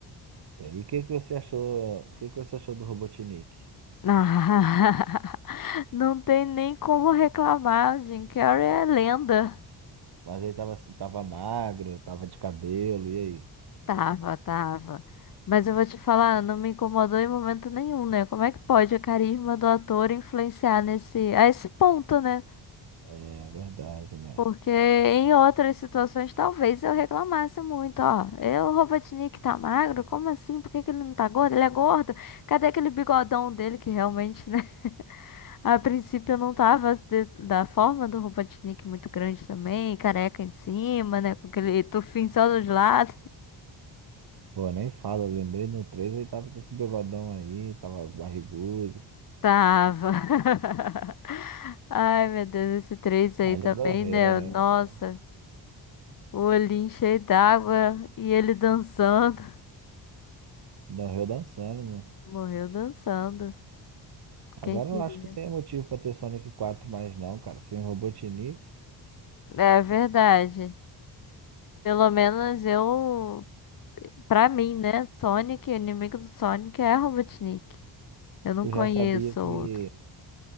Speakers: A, on the right; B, on the left.
A: E aí, o que que você achou? O que que você achou do Robotnik?
B: <laughs> Não tem nem como reclamar, Jim Carrey é lenda.
A: Mas aí tava, tava magro, tava de cabelo, e aí?
B: Tava, tava. Mas eu vou te falar, não me incomodou em momento nenhum, né? Como é que pode o carisma do ator influenciar nesse, a esse ponto, né?
A: É verdade, né?
B: Porque em outras situações talvez eu reclamasse muito, ó. Eu, o Robotnik tá magro? Como assim? Por que que ele não tá gordo? Ele é gordo? Cadê aquele bigodão dele que realmente, né? A princípio eu não tava de- da forma do Robotnik muito grande também, careca em cima, né? Com aquele tufinho só dos lados.
A: Pô, nem falo, eu lembrei no 3 ele tava com esse bigodão aí, tava barrigudo.
B: Tava. <laughs> Ai, meu Deus, esse 3 aí
A: Aí ele
B: também,
A: morreu,
B: né?
A: né?
B: Nossa,
A: Pô,
B: o olhinho cheio d'água e ele dançando.
A: Morreu dançando, né?
B: Morreu dançando,
A: Agora
B: quem
A: eu
B: diria?
A: não acho que tenha motivo pra ter Sonic 4 mais não, cara. Sem Robotnik,
B: É verdade. Pelo menos eu, pra mim, né? Sonic, inimigo do Sonic é Robotnik. Eu não
A: tu
B: conheço
A: já sabia que